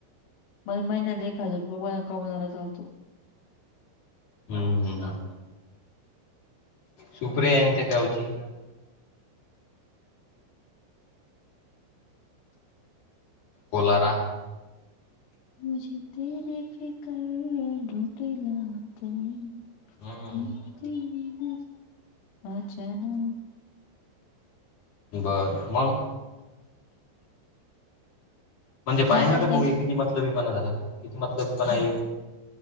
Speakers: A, on the left; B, on the left.
A: मला महिन्याला एक हजार रुपये गोळा, कमवणारा चालतो.
B: हम्म हम्म. सुप्रियांच्या गावची कोलारा
A: मुझे तेरे फिकर <unintelligible>
B: हम्म
A: नितीन आजाणा
B: बरं मंग म्हणजे पाहिना
A: मग काहीच
B: रे भाऊ
A: नाही
B: किती मतलबी पणा झाला, किती मतलबी पाना ह्यो